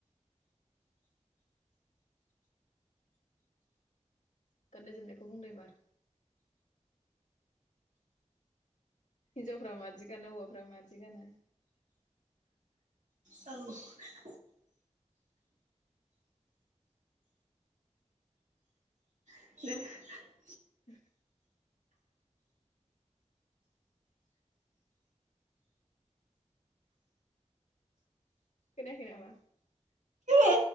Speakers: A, on the left (about 80°); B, on the right (about 85°).
A: गाननाय जोमनायखौ बुंदो इबार हिनजावफ्रा मादि गानो हौवाफ्रा मादि गानो?
B: औ <unintelligible>
A: <inaudible> खोनायाखै नामा
B: औ